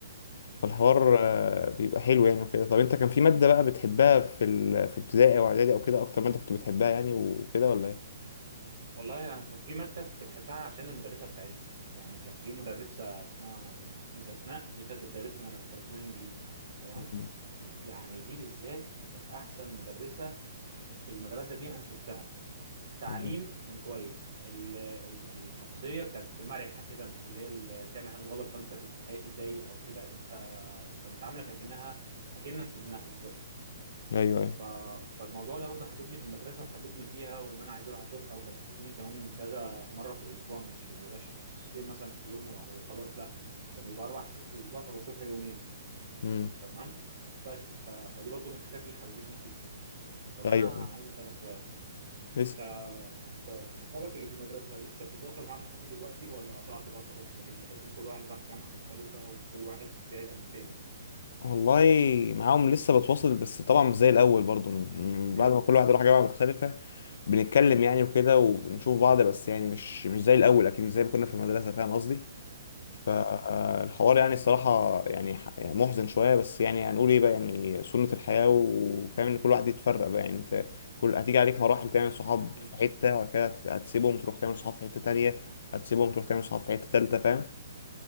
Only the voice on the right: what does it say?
ايوه
والله انا كان في ماده كنت بحبها عشان المدرسه بتاعتها يعني كان في مدرسه اسمها ميس اسماء دي كانت بتدرسنا بتدرس لنا انجليزي تمام
يعني دي بالذات كانت احسن مدرسه في المدرسه دي انا شفتها تعليم
كان كويس ال ال الشخصيه كانت مرحه كده مش اللي هي اللي تعمل حاجه غلط فانت تت- فهي تتضايق او كده انت انت بتعاملك اكنها اكنك ابنها بالظبط
ف- فالموضوع ده برضه حببني في المدرسة وحببني فيها وإن أنا عايز أروح أشوفها وكانت بتديني كمان كذا مرة في الأسبوع مش ما بيبقاش حصتين مثلا في يوم أو خلاص لا كان بيبقى أربع حصص في الأسبوع فبشوفها يومين
تمام بس ف... فدي برضه من الحاجات اللي حببتني فيه طب
أنا عايز أسألك سؤال
أنت أنت صحابك اللي في المدرسة لسه بتتواصل معاهم لحد دلوقتي ولا قطعت بقى خلاص بح- بحيث إن كل واحد راح جامعة مختلفة وكل واحد بعيد عن التاني
امم
ايوه
امم